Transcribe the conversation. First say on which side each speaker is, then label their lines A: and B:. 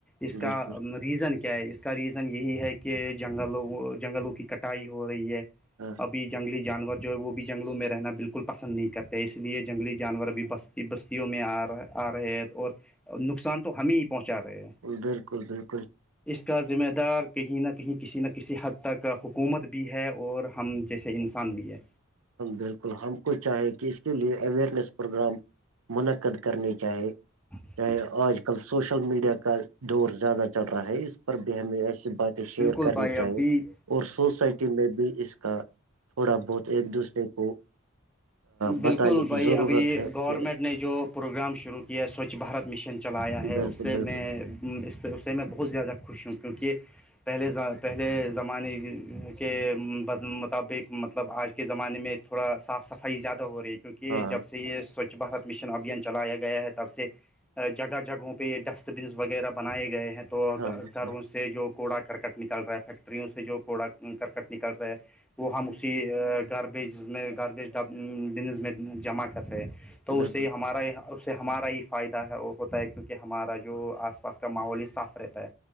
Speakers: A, in the centre; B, on the right.
A: اس کا
B: بالکل
A: ریزن کیا ہے اس کا ریزن یہی ہے کہ جنگلوں جنگلوں کی کٹائی ہو رہی ہے
B: ہاں
A: بھی جنگلی جانور جو ہے وہ بھی جنگلوں میں رہنا بالکل پسند نہیں کرتے اس لیے جنگلی جانور بھی بس بستیوں میں آ رہا آ رہے ہے اور نقصان تو ہمیں ہی پہنچا رہے ہیں
B: بالکل بالکل
A: اس کا ذمہ دار کہیں نہ کہیں کسی نہ کسی حد تک حکومت بھی ہے اور ہم جیسے انسان بھی ہے
B: بالکل ہم کو چاہے کہ اس کے لیے اورنیس پروگرام منعقد کرنے چاہیے
A: جی
B: چاہے آج کل سوشل میڈیا کا دور زیادہ چل رہا ہے اس پر بھی ہمیں ایسی باتیں شیئر
A: بل
B: کرنی
A: بائییابی
B: چاہیے اور سوسائٹی میں بھی اس کا تھوڑا بہت ایک دوسرے کو
A: بالکل
B: بتانے
A: بھائی
B: کی ضرورت
A: ابھی
B: ہے
A: گورنمنٹ
B: کہ
A: نے جو پروگرام شروع کیا ہے سوچھ بھارت مشن چلایا ہے
B: بالکل
A: اس سے
B: بالکل
A: میں اس سے اس سے میں بہت زیادہ خوش ہوں کیونکہ پہلے پہلے زمانے کے مطابق مطلب آج زمانے میں تھوڑا صاف صفائی زیادہ ہو رہی ہے کیونکہ
B: ہاں
A: جب سے یہ سچ سوچھ بارت مشن ابھیان چلایا گیا ہے تب سے جگہ جگہوں پہ یہ ڈسٹ بنس وغیرہ بنائے گئے ہیں تو
B: ہاں بالکل
A: گھروں سے سے جو کوڑا کرکٹ نکل رہا ہے فیکٹریوں سے جو کوڑا کرکٹ نکل رہا ہے وہ ہم اسی گاربیجز میں گاربیج بزنس میں جمع کر رہے تو
B: بالکل
A: اس سے ہی ہمارا یہاں اس سے ہمارا ہی فائدہ ہے وہ ہوتا ہے کیونکہ ہمارا جو آس پاس کا ماحول یہ صاف رہتا ہے